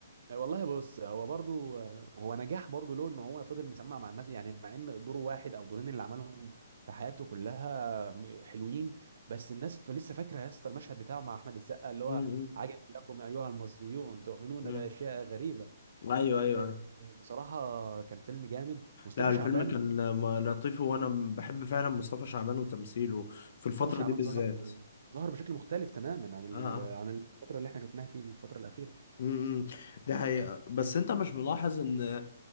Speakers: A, on the right (about 60°); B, on the left (about 55°).
A: آه، والله بص هو برضو آه، هو نجاح برضو له ان هو فضل مسمع مع الناس يعني مع ان دوره واحد او دورين اللي عملهم في حياته كلها م- حلوين بس الناس ف- لسه فاكره يا اسطى المشهد بتاعه مع احمد السقا اللي هو
B: مم، مم،
A: عجبا لكم ايها المصريون تؤمنون
B: مم.
A: باشياء غريبه
B: ايوه ايوه ايوه
A: آه، بصراحه كان فيلم جامد مصطفى
B: لا الفيلم
A: شعبان
B: كان آه، لطيف وانا بحب فعلا مصطفى شعبان وتمثيله في الفترة
A: مصطفى شعبان
B: دي بالذات
A: ظهر ظهر بشكل مختلف تماما عن ال-
B: اه
A: عن الفتره اللي احنا شفناها في الفتره الاخيره
B: امم ده حقيقة بس انت مش ملاحظ ان